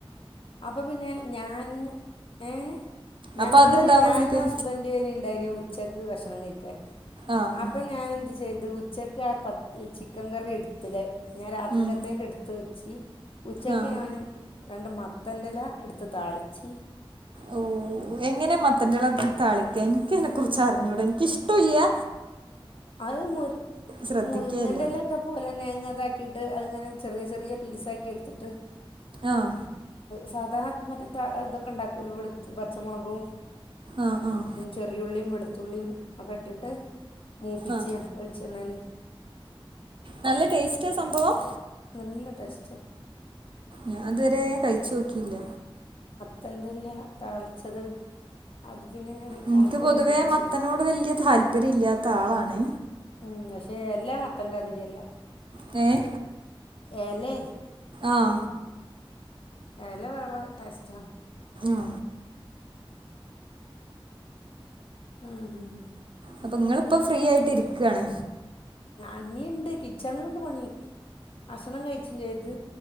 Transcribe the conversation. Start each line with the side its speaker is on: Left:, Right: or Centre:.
Left: അപ്പൊ പിന്നെ ഞാൻ ഏ ഞങ്ങള്
Right: അപ്പൊ അത്ണ്ടാവും
Left: ഞാനും
Right: ഇങ്ങക്ക്
Left: ഹസ്ബന്റു എയിനി ഉണ്ടായിനി ഉച്ചക്ക് ഭക്ഷണം കഴിക്കാൻ
Right: ആഹ്
Left: അപ്പം ഞാൻ എന്ത് ചെയ്ത് ഉച്ചക്ക് ആ പ ചിക്കൻ കറി എടുത്തിലെ ഞാൻ രാത്രികത്തേക്ക്
Right: ഉം
Left: എടുത്ത് വെച്ച് ഉച്ചക്ക്
Right: ആഹ്
Left: ഞാൻ രണ്ട് മ മത്തന്റെല എടുത്ത് താളിച്ചി
Right: ഓ എങ്ങനെ മത്തന്റെല താളിക്കാ എനിക്കതിനെ കുറിച്ച് അറിഞ്ഞൂടാ എനിക്കിഷ്ട്ടുല്ല്യ
Left: അത് മു
Right: ശ്രദ്ധിക്കേല്ല
Left: മുരിങ്ങന്റെയിലൊക്കെ പോലെന്നെ ട്ട് അത്ങ്ങനെ ചെറിയ ചെറിയ പീസാക്കി എടുത്തിട്ട്
Right: ആഹ
Left: സാധാരണ മറ്റെ ത ഇതൊക്കെ ഉണ്ടാക്കൂലെ വെളുത്ത് പച്ചമുളകും
Right: ആഹ് ആഹ്
Left: ചെറിയുള്ളിയും വെളുത്തുള്ളിയും ഒക്കെ ഇട്ടിട്ട് മൂപ്പിച്ച
Right: ആഹ്
Left: വെളിച്ചെണ്ണയില്
Right: നല്ല ടേസ്റ്റാ സംഭവം
Left: നല്ല ടേസ്റ്റാ
Right: ഞാൻ ഇതുവരെ കഴിച്ചു നോക്കിയില്ല
Left: ന്തല്ല താളിച്ചത് അത് പിന്നെ ഞാൻ
Right: എനിക്ക്
Left: ഉണക്കലും
Right: പൊതുവേ
Left: വെച്ച്
Right: മത്തനോട് വല്യ താല്പര്യം ഇല്ലാത്ത ആളാണ്
Left: ഉം പക്ഷേ എല്ലാ മത്തന്റെ ആതിരിയല്ല
Right: എ
Left: എല
Right: ആഹ
Left: എല വേറെ ടേസ്റ്റാ
Right: ആഹ
Left: ആഹ്
Right: അപ്പൊ ഇങ്ങളിപ്പോ ഫ്രീ ആയിട്ട് ഇരിക്കാണ്
Left: ഇഞ്ഞിൻഡ് കിച്ചണിൽണ്ട് പണി ഭക്ഷണം കഴിച്ചും ചെയ്ത്